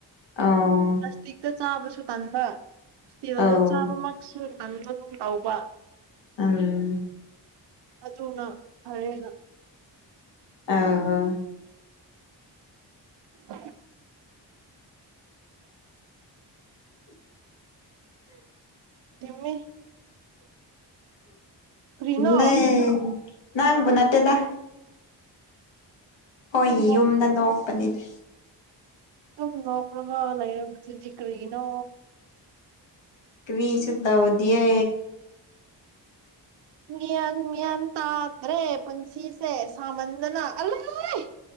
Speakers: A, on the left (about 70°); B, on the right (about 65°).
A: ꯑꯧ
B: ꯄ꯭ꯂꯥꯁꯇꯤꯛꯇ ꯆꯥꯕꯁꯨ ꯇꯟꯥꯟꯕ ꯏꯁꯇꯤꯜꯗ
A: ꯑꯧ
B: ꯆꯥꯕꯃꯛꯁꯨ ꯈꯟꯗꯒꯨꯝ ꯇꯧꯕ
A: ꯎꯝ
B: ꯇꯅ ꯍꯔꯅ
A: ꯑ
B: ꯎꯝ ꯃꯤ ꯀ꯭ꯔꯤꯅꯣ
A: ꯂꯩ ꯅ ꯅꯥ ꯇꯦꯗ ꯍꯣꯏꯌꯦ
B: ꯑꯗꯨꯝ
A: ꯌꯨꯝꯗ ꯅꯣꯛꯄꯅꯤꯅ
B: ꯁꯨꯝꯅꯣ ꯈ꯭ꯔ ꯈ ꯂꯩꯔꯗꯤꯗꯤꯤ ꯀꯔꯤꯒꯤꯅꯣ
A: ꯀꯁꯨ ꯑꯣꯗ ꯗꯤꯌꯥ
B: ꯃꯤꯌꯥꯟ ꯃꯤꯌꯥꯟ ꯇꯥꯗ꯭ꯔꯦ ꯄꯨꯟꯁꯤꯁꯦ ꯁꯥꯃꯟꯗꯅ ꯑꯂꯣꯏ